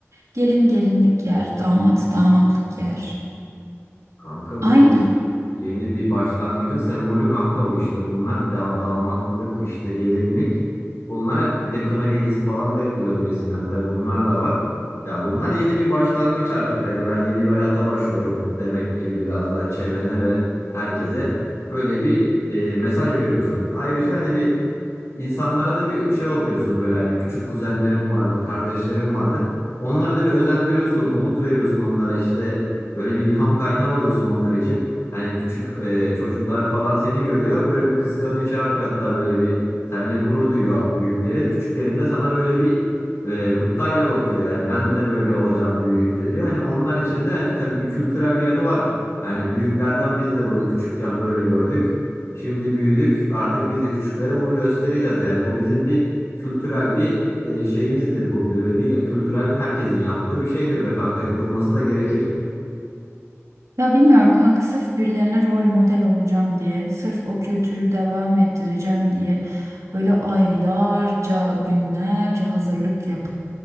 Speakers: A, on the right; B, on the left.
A: gelin gelinlik yer, damat damatlık yer.
B: Kanka
A: Aynı.
B: bu işte yeni bir başlangıcın sembolü kanka bu işte. Bunlar da damatlık işte gelinlik. Bunlar hep bir de kına gecesi falan da yapılıyor öncesinden. Tabii bunlar da var. Ya bunlar yeni bir başlangıç artık. Hadi ben yeni bir hayata başlıyorum demek gibi biraz daha çevrene ve herkese böyle bir e, mesaj veriyorsun. Ayrıca hani bir insanlara da bir şey yapıyorsun böyle hani küçük kuzenlerim vardır, kardeşlerim vardır. Onları da bir özendiriyorsun, umut veriyorsun onlara işte Böyle bir ilham kaynağı oluyorsun onlar için. Hani küçük e, çocuklar falan seni görüyor. Böyle bir kıskanıyor şey yapıyor hatta böyle bir seninle gurur duyuyor büyüklerin. Küçüklerin de sana böyle bir e, gıptayla bakıyor yani. Ben de böyle olacağım büyüyünce diyor. Hani onlar için de hani tabii bir kültürel bir yanı var. Hani büyüklerden biz de bu küçükken böyle gördük. Şimdi büyüdük. Artık biz de küçüklere bunu göstereceğiz. Yani bu bizim bir kültürel bir e, şeyimizdir. Bu böyle bir kültürel herkesin yaptığı bir şeydir be kanka. Yapılması da gerekir.
A: Ya bilmiyorum kanka sırf birilerine rol model olacağım diye, sırf o kültürü devam ettireceğim diye böyle aylarca, günlerce hazırlık yapıp